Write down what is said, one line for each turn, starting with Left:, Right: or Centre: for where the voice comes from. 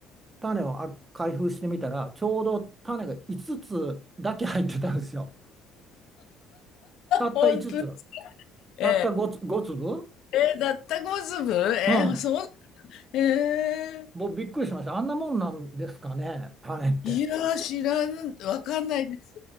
Right: 種をあ開封してみたら、ちょうど種が5つつだけ入ってたんですよ。たった5つつ。
Left: <laughs> 本当。え
Right: たった5つ、ご粒
Left: ええー、だったこずぶえー、
Right: うん。
Left: そん、えー、
Right: もうびっくりしました。あんなもんなんですかね、種って。
Left: いやー、知らん、わかんないです。